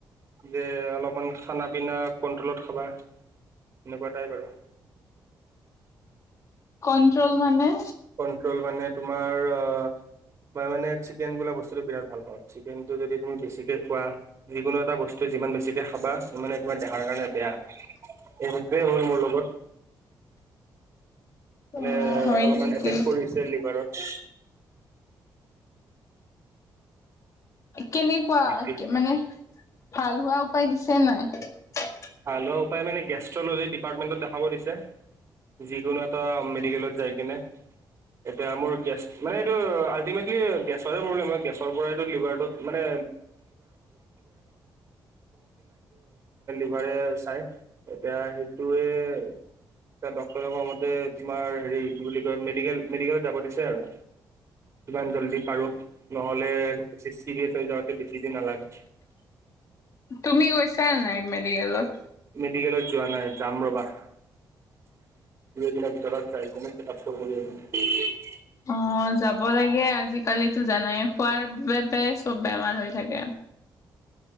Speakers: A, on the right; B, on the left.
A: যে অলপমান খানা পিনা কন্ট্ৰলত খাবা এনেকুৱাটাই বাৰু
B: কণ্ট্ৰল মানে
A: কন্ট্ৰল মানে তোমাৰ অ', মই মানে চিকেন বোা বস্তুটো বিৰাট ভাল পাওঁ চিকেনটো যদি তুমি বেছিকে খোৱা যিকোনো এটা বস্তু যিমান বেছিকে খাবা সিমানে তোমাৰ দেহাৰ কাৰণে বেয়া স সেইটয়ে হ'ল মোৰ লগত
B: অ
A: মানে
B: হয়
A: অলপমান
B: নেকি
A: এফেক্ট কৰিছে লিভাৰত
B: কেনেকুৱা
A: বাকী
B: মানে ভাল হোৱা উপায় দিছে নাই
A: হ লোৱা উপায় মানে গেষ্ট্ৰলজি ডিপাৰ্টমেণ্টত দেখাব দিছে যিকোনো এটা মেডিকেলত যায় কিনে এতিয়া মোৰ গেছ মানে এইটো আল্টিমেটলি গেছৰে প্ৰব্লেম হয় গেছৰ পৰাটো লিভাৰটোত মানে ব একবাৰে চাই এতিয়া সেইটোৱে এ ড্টৰ ক মতে তোমাৰ হেৰি কি বুলি কয় মেডিকেল মেডিকেলত যাব দিছে আৰু ইমান জল্দি পাৰো নহলে বেছি চিৰিয়াছ হৈ যাওঁতে বেছি দ নালাগে
B: তুমি গৈছা নাই মেডিকেলত
A: মেডিকেলত যোৱা নাই যাম ৰবা তিনি এদিনৰ ভিতৰত যাই কিনে কিতাপ চ কৰি আ
B: অ', যাব লাগে আজিকালিতো জানাই খোৱাৰ বাবে চব বেমাৰ হৈ থাকে